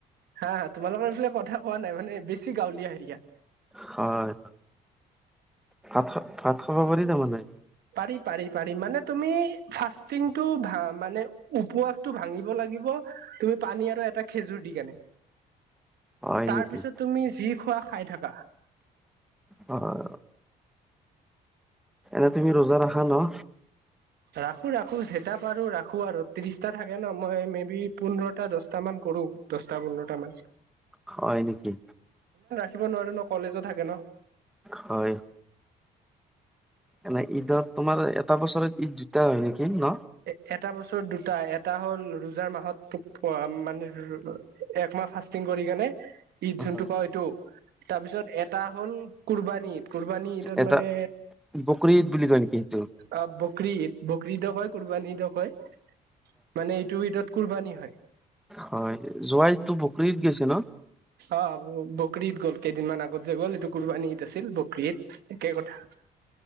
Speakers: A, on the right; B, in the centre.
A: হা হা তোমালোকৰ এইফালে কথা কোৱা নাই মানে বেছি গাঁৱলীয়া এৰিয়া।
B: হয়। ভাত খ ভাত খাব পাৰি তাৰমানে
A: পাৰি', পাৰি', পাৰি', মানে তুমি ফাষ্টিংটো ভা মানে উপুয়াটো ভাঙিব লাগিব তুমি পানী আৰু এটা খেজুৰ দি কেনে।
B: হয়
A: তাৰপিছত
B: নেকি
A: তুমি যি খোৱা খাই থকা
B: হয় এনে তুমি ৰোজা ৰাখা ন?
A: ৰাখো ৰাখো যেইটা পাৰো ৰাখো আৰু ত্ৰিশটা থাকে ন মই মে বি পোন্ধৰটা দচটা মান কৰো দছটা পোন্ধৰটা মান।
B: হয় নেকি?
A: থখিব নোৱাৰো ন কলেজো থাকে ন।
B: হয়। মানে ঈদত তোমাৰ এটা বছৰত ঈদ দুটা হয় নেকি? দ ন?
A: এ এটা বছৰ দুটা এটা হ'ল ৰোজাৰ মাহত মানে এক মাহ ফাষ্টিং কৰি কেনে ঈদ যোনটো
B: হয়
A: পাওঁ এইটো তাৰপিছত এটা হ'ল কুৰবানীদ কুৰবানী ঈদত
B: এটা
A: মানে
B: বকৰি ঈদ বুলি কয় নেকি সেইটো?
A: অ বকী ঈদ বকৰি ইদ, ব ইদো কয়। কুৰবানী ইদো কয় মানে এইটো এ তাত কুৰবানী হয়।
B: হয় যোৱাইটো বকৰি ইদ গৈছে ন?
A: অ বকীত গ'ল কেইদিনমান আগত যে গ'ল এইটো কুৰবানী দ আছিল বকৰি ইদ একে কথা।